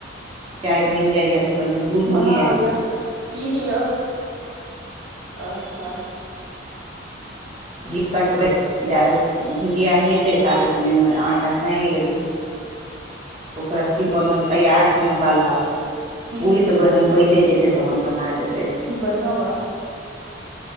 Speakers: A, on the right (about 30°); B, on the right (about 80°).
A: चाय बैन जाय या तऽ कनि दूध
B: बना
A: उध आयत
B: लियो, पी
A: तहन
B: लियो अच्छा।
A: जी कटबै। जाबे भुजिया हेतै, ताबत मे हमर आटा साएन लेबै। ओकर अथि बनल तैयार छै मसाला आ
B: ठीक
A: पूरी तऽ बहन बैसे जेते तहन बना देब।
B: बढ़ियाँ बात